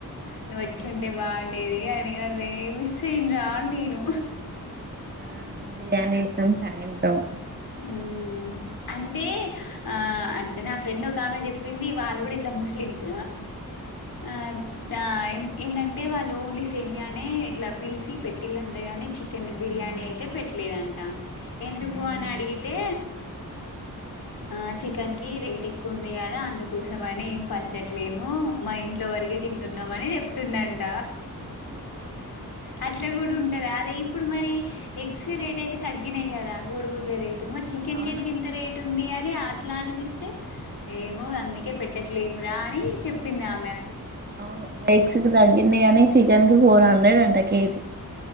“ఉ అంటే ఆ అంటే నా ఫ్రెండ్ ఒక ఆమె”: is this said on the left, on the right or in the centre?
Left